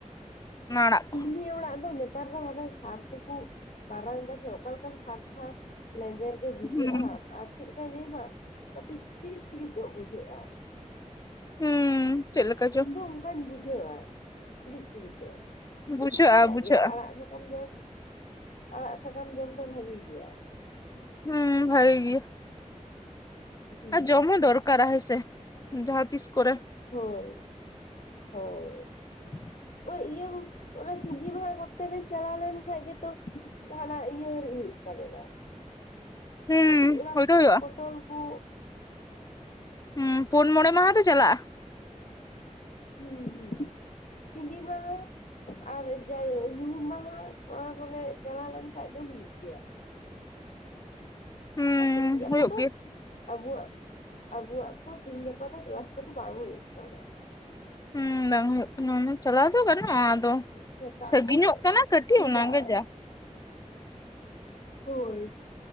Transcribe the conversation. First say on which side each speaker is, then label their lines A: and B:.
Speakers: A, on the left (about 30°); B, on the left (about 75°).
A: ᱚᱱᱟ ᱟᱲᱟᱜ᱾ ᱠᱚ
B: ᱠᱩᱞᱢᱤ ᱚᱲᱟᱜ ᱫᱚ ᱱᱮᱛᱟᱨ ᱦᱚᱸ ᱦᱟᱱᱮ ᱥᱟᱨ ᱛᱮᱠᱩ ᱢᱟᱨᱟᱝ ᱮᱫᱟ ᱥᱮ ᱚᱠᱟᱞᱮᱠᱟ ᱥᱟᱨ ᱥᱟᱨ ᱞᱮᱸᱡᱮᱨ ᱜᱮ ᱵᱩᱡᱷᱟᱹᱜᱼᱟ
A: ᱦᱩᱸ
B: ᱟᱨ ᱪᱮᱫ ᱞᱮᱠᱟᱧ ᱞᱟᱹᱭᱟᱢᱟ ᱠᱟᱹᱴᱤᱡ ᱪᱤᱲᱤᱡ ᱥᱤᱲᱤᱡ ᱧᱚᱜ ᱵᱩᱡᱷᱟᱹᱜᱼᱟ᱾
A: ᱦᱩᱸ ᱪᱮᱫ ᱞᱮᱠᱟ ᱪᱚ
B: ᱤᱧ ᱫᱚ ᱚᱱᱠᱟᱧ ᱵᱩᱡᱷᱟᱹᱣᱼᱟ ᱥᱤᱬᱤᱡ ᱥᱤᱬᱤᱡ ᱧᱚᱜ᱾
A: ᱵᱩᱡᱷᱟᱹᱜᱼᱟ
B: ᱠᱩᱥᱤᱭᱟᱜ
A: ᱵᱩᱡᱷᱟᱹᱜᱼᱟ
B: ᱜᱮᱭᱟ ᱟᱲᱟᱜ ᱥᱟᱠᱟᱢ ᱡᱚᱢ ᱟᱲᱟᱜ ᱥᱟᱠᱟᱢ ᱡᱚᱢ ᱫᱚ ᱵᱷᱟᱜᱤ ᱜᱮᱭᱟ᱾
A: ᱦᱩᱸ ᱵᱷᱟᱹᱜᱤ ᱜᱮᱭᱟ᱾
B: ᱦᱩᱸ
A: ᱟᱨ ᱡᱚᱢᱽᱦᱚ ᱫᱚᱨᱠᱟᱨᱟ ᱦᱳᱭ ᱥᱮ ᱡᱟᱦᱟᱸ ᱛᱤᱥ ᱠᱚᱨᱮ᱾
B: ᱦᱳᱭ ᱦᱳᱭ
A: <inaudible>
B: ᱦᱚᱸᱜᱼᱚᱭ ᱤᱭᱟᱹ ᱚᱱᱟ ᱥᱤᱸᱜᱤ ᱢᱟᱦᱟ ᱠᱚᱛᱮ ᱵᱮᱱ ᱪᱟᱞᱟᱣ ᱞᱮᱱᱠᱷᱟᱡ ᱜᱮᱛᱚ ᱡᱟᱦᱟᱱᱟᱜ ᱤᱭᱟᱹ ᱨᱤᱜ ᱦᱩᱭᱩᱜ ᱛᱟᱵᱮᱱᱟ
A: ᱦᱩᱸ
B: ᱠᱟᱹᱴᱤᱡ ᱚᱱᱟ
A: ᱦᱩᱭ ᱫᱚ ᱦᱩᱭᱩᱜᱼᱟ
B: ᱯᱚᱴᱚᱞ ᱠᱚ᱾
A: ᱦᱩᱸ ᱯᱳᱱ ᱢᱚᱬᱮ ᱢᱟᱦᱟ ᱫᱚ ᱪᱟᱞᱟᱜᱼᱟ᱾
B: ᱦᱩᱸ ᱦᱩᱸ ᱥᱤᱸᱜᱤᱢᱟᱦᱟ ᱟᱨ ᱡᱟ ᱧᱩᱦᱩᱢ ᱢᱟᱦᱟ ᱚᱱᱟ ᱠᱚᱨᱮᱜ ᱪᱟᱞᱟᱣ ᱞᱮᱱᱠᱟᱡ ᱫᱚ ᱦᱩᱭᱩᱜ ᱜᱮᱭᱟ᱾
A: ᱦᱩᱸ
B: ᱟᱨ ᱛᱮᱦᱤᱧ ᱜᱟᱯᱟ
A: ᱦᱩᱭᱩᱜ
B: ᱫᱚ
A: ᱜᱮᱭᱟ
B: ᱟᱵᱚᱣᱟᱜ ᱟᱵᱚᱣᱟᱜ ᱛᱚ ᱛᱤᱦᱤᱧ ᱜᱟᱯᱟ ᱫᱚ ᱠᱮᱞᱟᱥ ᱠᱚᱫᱚ ᱵᱟᱝ ᱦᱩᱭᱩᱜ ᱠᱟᱱᱟ᱾
A: ᱦᱩᱸ ᱵᱟᱝ ᱦᱩᱭᱩᱜ ᱠᱟᱱᱟ ᱪᱟᱞᱟᱣ ᱫᱚ ᱜᱟᱱᱚᱜ ᱦᱚᱸ ᱟᱫᱚ
B: ᱥᱮᱛᱟᱜ
A: ᱥᱟᱺᱜᱤᱧᱚᱜ
B: ᱨᱮ
A: ᱠᱟᱱᱟ ᱠᱟᱹᱴᱤᱡ
B: ᱪᱮᱫᱟᱜ
A: ᱚᱱᱟᱜᱮ ᱡᱟ᱾
B: ᱦᱳᱭ